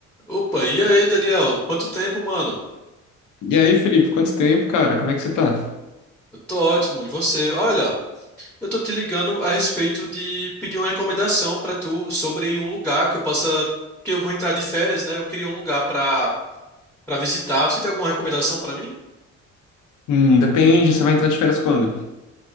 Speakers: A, in the centre; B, on the left.
A: Opa, e aí, Daniel? Quanto tempo, mano?
B: E aí, Felipe, quanto tempo, cara? Como é que você tá?
A: Eu tô ótimo. E você? Olha, eu tô te ligando a respeito de pedir uma recomendação pra tu sobre um lugar que eu possa, que eu vou entrar de férias, né? Eu queria um lugar pra para visitar. Você tem alguma recomendação pra mim?
B: Hum, depende, você vai entrar de férias quando?